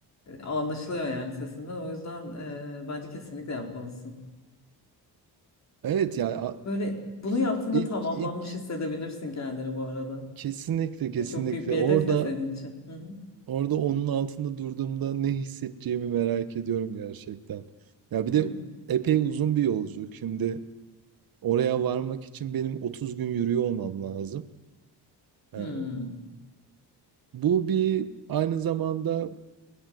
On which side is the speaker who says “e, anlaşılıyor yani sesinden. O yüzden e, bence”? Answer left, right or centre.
Left